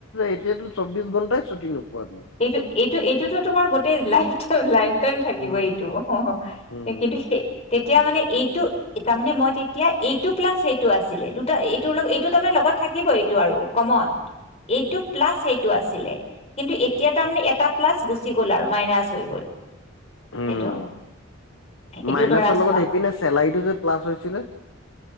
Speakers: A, on the left; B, on the left.
A: এতিয়াতো চৌবিশ ঘন্টাই ছুটি নোপোৱা তুমি
B: এইটোৱে- এইটো এইটোতো তোমাৰ গোটেই লাইফ টাই লাইফ টাইম থাকিব
A: উম
B: এইটো অ
A: উম
B: কিন্তু সেই তেতিয়া মানে এইটো তাৰ মানে মই তেতিয়া এইটো প্লাছ এইটো আছিলে এইটোৰ লগত তাৰ লগত থাকিব এইটো আৰু কমন এইটো প্লাছ সেইটো আছিলে। কিন্তু এতিয়া তাৰমানে এটা প্লাছ গুচি গ'ল আৰু মাইনাছ হৈ গ'ল।
A: উম
B: সেইটো এইটো
A: মাইনাছৰ
B: ধৰা
A: লগত
B: চোৱা
A: সেইপিনে চেলাৰীটো যে প্লাছ হৈছিলে।